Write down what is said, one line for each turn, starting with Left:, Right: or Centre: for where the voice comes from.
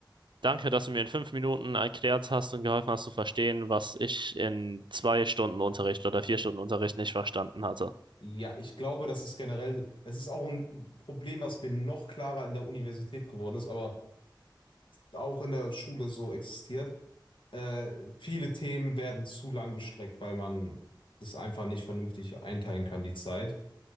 Right: Danke, dass du mir in fünf Minuten erklärt hast und geholfen hast zu verstehen, was ich in zwei Stunden Unterricht oder vier Stunden Unterricht nicht verstanden hatte.
Left: Ja, ich glaube, das ist generell, das ist auch ein Problem, was mir noch klarer in der Universität geworden ist, aber auch in der Schule so existiert. Äh, viele Themen werden zu lang gestreckt, weil man das einfach nicht vernünftig einteilen kann, die Zeit.